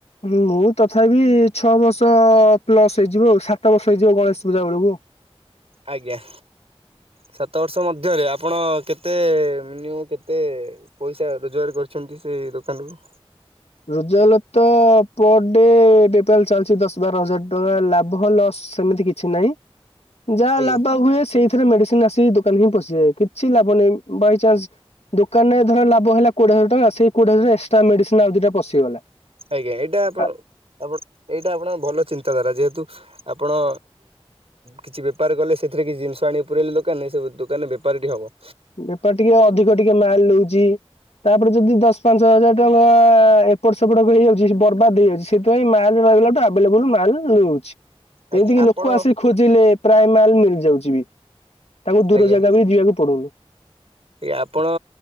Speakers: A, on the left (about 75°); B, on the right (about 65°).
A: ମୁଁ ତଥାପି ଛଅ ବର୍ଷ ପ୍ଲସ୍ ହେଇଯିବ ଆଉ ସାତ ବର୍ଷ ହେଇଯିବ ଗଣେଶ ପୂଜା ବେଳକୁ।
B: ଆଜ୍ଞା। ସାତ ବର୍ଷ ମଧ୍ୟରେ ଆପଣ କେତେ ମିନିମମ୍ କେତେ? ପଇସା ରୋଜଗାର କରିଛନ୍ତି ସେଇ ଦୋକାନରୁୁ?
A: ରୋଜଲପ୍ତ ପର ଡେ ବେପାର ଚାଲିଛି ଦଶ ବାର ହଜାର ଟଙ୍କା ଲାଭ ଲସ୍ ସେମିତି କିଛି ନାହିଁ ଯାଆ
B: ଆଜ୍ଞା
A: ଲାଭ ହୁଏ ସେଇ ଥିରେ ମେଡିସିନ୍ ଆସି ଦୋକାନରେ ହିଁ ପଶିବେ କିଛି ଲାଭ ନାହିଁ ବାଇଚାନ୍ସ ଦୋକାନରେ ଧର ଲାଭ ହେଲା କୋଡିଏ ହଜାର ଟଙ୍କା ସେଇ କୋଡିଏ ହଜାର ଏକ୍ଟ୍ରା ମେଡିସିନ୍ ଆଉ ଦିଟା ପଶିଗଲା।
B: ଆଜ୍ଞା ଏଇଟା ଆପଣ
A: ଆ
B: ଆପଣ ଏଇଟା ଆପଣଙ୍କ ଭଲ ଚିନ୍ତାଧାରା ଯେହେତୁ ଆପଣ କିଛି ବେପାର କଲେ ସେଥିରେ କିଛି ଜିନିଷ ଆଣି ପୁରେଇଲେ ଦୋକାନରେ ସେ ଦୋକାନରେ ବେପାର ଟିକେ ହେବ।
A: ବେପାର ଟିକେ ଅଧିକ ଟିକେ ମାଲ ନଉଛି। ତାପରେ ଯଦି ଦଶ ପାଞ୍ଚ ହଜାର ଟଙ୍କା ଏପଟ ସେପଟ ହେଇଯାଉଛି ସେ ବର୍ବାଦ ହେଇ ଯାଉଛି। ସେଥିପାଇଁ ମାଲ ରହିଲାଠୁ ଆଭେଲେବୁଲ ମାଲ ମିଳୁଛି ଯେମିତି
B: ଆଜ୍ଞା
A: କିି
B: ଆପଣ
A: ଲୋକ ଆସିକି ଖୋ ଥିଲେ ପ୍ରାୟ ମାଲ ମିଳିଯାଉଛି ବି ତାଙ୍କୁ ଦୂର
B: ଆଜ୍ଞା
A: ଜାଗା ବି ଯିବାକୁ ପଡୁନି।
B: ଆପଣ